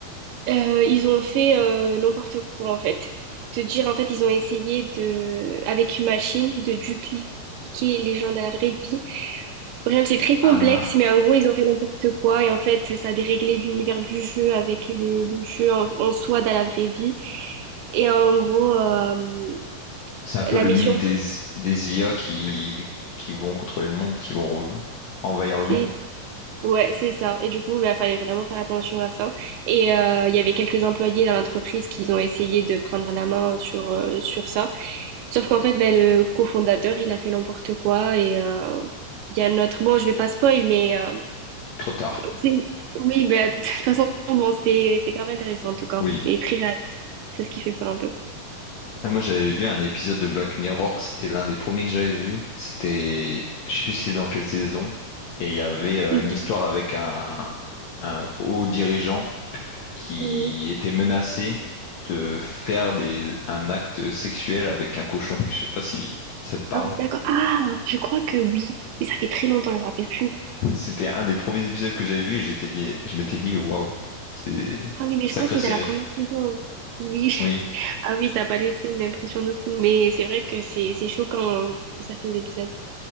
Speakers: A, on the right; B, on the left.
A: euh, ils ont fait euh, n'importe quoi en fait. Pour te dire, en fait, ils ont essayé de, avec une machine de dupliquer les gens dans la vraie vie Bref, c'est très complexe,
B: Ah.
A: mais en gros, ils ont fait n'importe quoi. Et en fait, ça a déréglé l'univers du jeu avec le, le jeu en, en soi dans la vraie vie. Et en gros, euh,
B: C'est un peu
A: la
B: le
A: mission,
B: mythe des, des IA qui, qui vont contrôler le monde, qui vont re- envahir le
A: c'est
B: monde.
A: ouais, c'est ça. Et du coup, il fallait vraiment faire attention à ça. Et euh, il y avait quelques employés dans l'entreprise qui ont essayé de prendre la main sur, euh, sur ça. Sauf qu'en fait, ben, le cofondateur, il a fait n'importe quoi. Et euh, il y a un autre... Bon, je vais pas spoil, mais... euh,
B: Trop tard.
A: C'est- Oui, bah, <laughs> de toute façon, bon, c'était c'était grave intéressant en tout cas,
B: Oui.
A: et très réaliste. C'est ce qui fait peur un peu.
B: Ah, moi, j'avais vu un épisode de Black Mirror, c'était l'un des premiers que j'avais vu. C'était, je sais plus c'était dans quelle saison. Et il y avait euh,
A: Mhm.
B: une histoire avec un, un haut dirigeant qui
A: Mhm.
B: était menacé de faire des, un acte sexuel avec un cochon. Je sais pas si ça te parle.
A: Ah oui, d'accord. Ah, je crois que oui, mais ça fait très longtemps, je me rappelle plus.
B: C'était un des premiers épisodes que j'avais vu et j'étais dit, je m'étais dit, waouh, c'est
A: Ah oui, mais
B: sacrée
A: je crois que c'est
B: série.
A: dans la première saison. Oui.
B: Oui,
A: <laughs> Ah oui, ça n'a pas laissé une impression de fou, mais c'est vrai que c'est c'est choquant hein, dans certains épisodes.